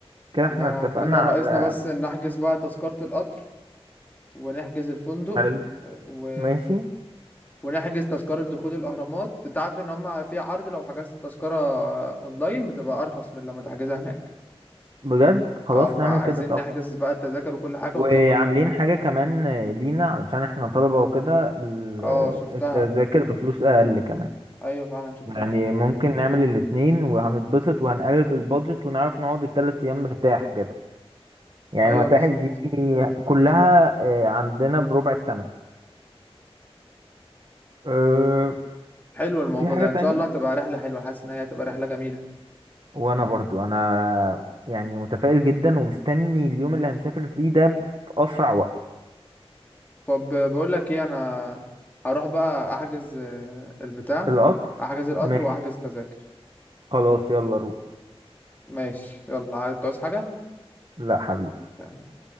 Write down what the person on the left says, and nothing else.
احنا
كده
ناقصنا بس إن نحجز بقى تذكرة القطر ونحجز الفندق
و...
ونحجز تذكرة دخول الأهرامات انت عارف ان هم في عرض لو حجزت التذكرة اونلاين بتبقى ارخص من لما تحجزها هناك
اه
فعايزين
نحجز بقى التذاكر وكل حاجة
ونظبط كل حاجة
اه شفتها
ايوه فعلا شفتها
ايوه
بالظبط
حلو الموضوع
ده ان
شاء الله تبقى رحله حلوه حاسس ان هي تبقى رحله جميله
طب آه، بقول لك ايه انا هروح بقى احجز آه، البتاع
احجز القطر
واحجز التذاكر
ماشي يلا عايز تعوز حاجه
تمام